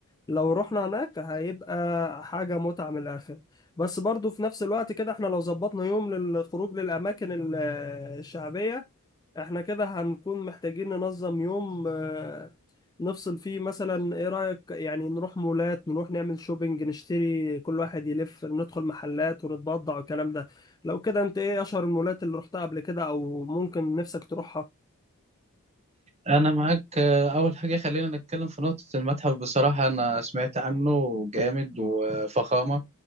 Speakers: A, on the left; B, on the right.
A: لو رحنا هناك هيبقى حاجة متعة من الآخر بس برضو في نفس الوقت كده احنا لو ظبطنا يوم للخروج للأماكن ال- الشعبية احنا كده هنكون محتاجين ننظم يوم آه، نفصل فيه مثلا ايه رأيك يعني نروح مولات نروح نعمل شوبينج نشتري كل واحد يلف ندخل محلات ونتبضع والكلام ده لو كده انت ايه اشهر المولات اللي رحتها قبل كده او ممكن نفسك تروحها
B: انا معاك آه، اول حاجة خلينا نتكلم في نقطة المتحف بصراحة انا سمعت عنه جامد وفخامة